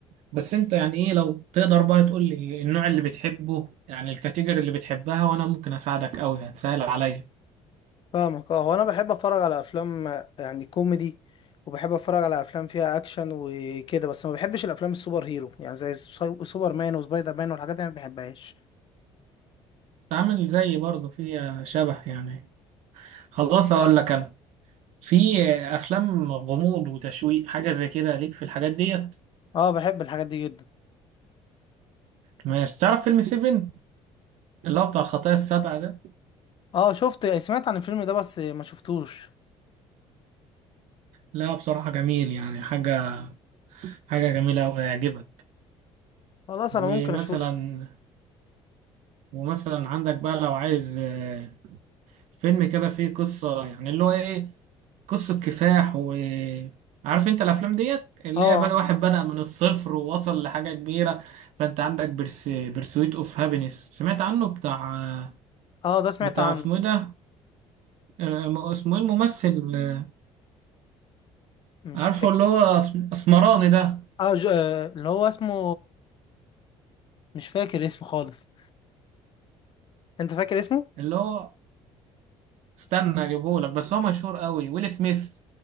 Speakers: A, on the right; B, on the left.
A: بس انت يعني ايه لو تقدر بقى تقول لي النوع اللي بتحبه يعني الكاتيجوري اللي بتحبها وانا ممكن اساعدك قوي هتسهل عليا
B: فاهمك اه هو انا بحب اتفرج على افلام آه، يعني كوميدي وبحب اتفرج على افلام فيها اكشن وكده بس ما بحبش الافلام السوبر هيرو يعني زي السو- سوبر مان وسبايدر مان والحاجات دي ما بحبهاش
A: تعمل زيي برضه فيها شبه يعني خلاص اقول لك انا في افلام غموض وتشويق حاجة زي كده ليك في الحاجات ديت
B: اه بحب الحاجات دي جدا
A: ماشي تعرف فيلم سيفن اللي هو بتاع الخطايا السبع ده
B: اه شفت سمعت عن الفيلم ده بس ما شفتوش
A: لا بصراحة جميل يعني حاجة حاجة جميلة أوي هيعجبك
B: خلاص
A: ومثلا
B: انا ممكن اشوف
A: ومثلا عندك بقى لو عايز آه، فيلم كده فيه قصة يعني اللي هو إيه قصة كفاح و عارف انت الافلام ديت اللي
B: اه
A: هي بقى واحد بدأ من الصفر ووصل لحاجة كبيرة فانت عندك برس... برسويت اوف هابينس سمعت عنه بتاع
B: اه ده سمعت
A: بتاع
B: عنه
A: اسمه ايه ده آه، اسمه ايه الممثل آه،
B: مش
A: عارفه
B: فاكر
A: اللي هو أسم- اسمراني ده
B: اه ج... آه، اللي هو اسمه مش فاكر اسمه خالص انت فاكر اسمه
A: اللي هو استنى اجيبهولك بس هو مشهور قوي ويل سميث